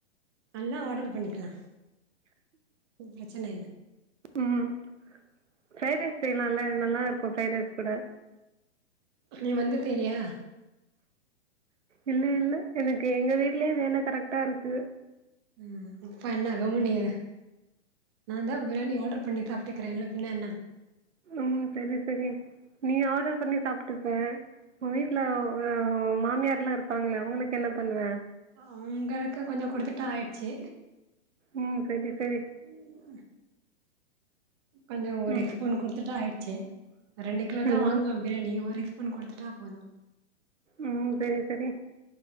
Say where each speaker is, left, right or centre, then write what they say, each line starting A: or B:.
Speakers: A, on the right (about 20°); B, on the right (about 80°).
A: எல்லா ஆடரு பண்ணிக்கலா ஒண் பிரச்சன இல்ல
B: ம் ஃப்ரைட் ரைஸ் செய்யலால்ல நல்லா இருக்கு ஃப்ரைட் ரைஸ் கூட
A: நீ வந்துட்ட இலையா
B: இல்ல இல்ல எனக்கு எங்க வீட்லேஃ வேல கரெக்ட்டா இருக்கு
A: ம் இப்ப என்ன க முனிய நாந்தா பிரியாணி ஆடர் பண்ணி சாப்பிட்டுக்கிறேன்ல பின்ன என்ன
B: ம் செரி செரி நீ ஆடர் பண்ணி சாப்ட்டு ஏ உ வீட்டுல மாமியார்ல்லா இருப்பாங்களே அவுங்களுக்கு என்ன பண்ணுவ
A: அவுங்களுக்கு கொஞ்ச கொடுத்துட்ட ஆயிட்ச்சு
B: ம் செரி செரி
A: ம் கொஞ்சோ ஒரு
B: ம்
A: பூன் கொடுத்துட்டா ஆயிடுச்சி ரெண்டு கிலோ தா
B: ஒரு-
A: வாங்குவ பிரியாணி ஒரெக் ஸ்பூன் கொடுத்துட்டா போது
B: ம் சேரி சேரி